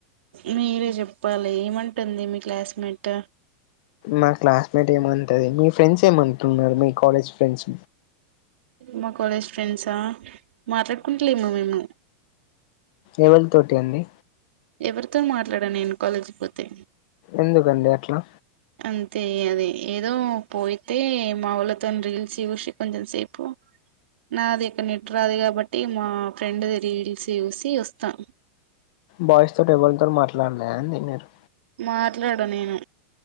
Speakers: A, on the right (about 80°); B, on the left (about 45°).
A: మీరే చెప్పాలి ఏమంటుంది మీ క్లాస్మేట్
B: మా క్లాస్మేట్ ఏమంటంది మీ ఫ్రెండ్స్ ఏమంటన్నారు మీ కాలేజ్ ఫ్రెండ్స్
A: మా కాలేజ్ ఫ్రెండ్సా మాట్లాడుకుంటలేము మేము
B: ఏవల్ తోటి అండి
A: ఎవరితో మాట్లాడా నేను కాలేజీకి పోతే
B: ఎందుకండి అట్లా
A: అంతే అది ఏదో పోయితే మా వాఊళ్ళతో రీల్స్ చూసి కొంచెం సేపు నాది ఇక్కడ నెట్ రాదు కాబట్టి మా ఫ్రెండ్ది రీల్స్ చూసి వస్తా
B: బాయ్స్ తోటి ఎవల్ తోని మాట్లాడన్నే అన్ దిన్నరు
A: మాట్లాడా నేను